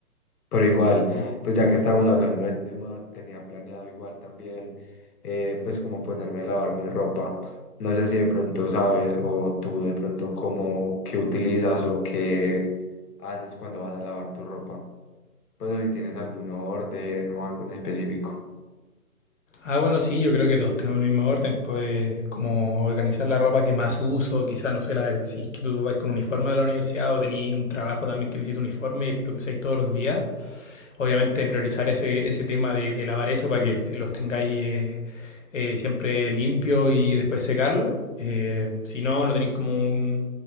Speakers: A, on the left; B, on the left.
A: Pero igual,
B: No.
A: pues ya que estamos hablando del tema, tenía planeado igual también, eh, pues como ponerme a lavar mi ropa. No sé si de pronto sabes o tú de pronto cómo, qué utilizas o qué haces cuando vas a lavar tu ropa. Pues o si tienes algún orden o algo en específico.
B: Ah, bueno, sí, yo creo que todos tenemos el mismo orden, pues como organizar la ropa que más uso, quizás, no sé, la, de- si es que tú vas con uniforme de la universidad o tenés un trabajo también que necesita uniforme y es lo que usáis todos los días, obviamente priorizar ese, ese tema de, de lavar eso para que los tengáis eh, eh, siempre limpio y después secarlo. Eh, si no, no tenéis como un,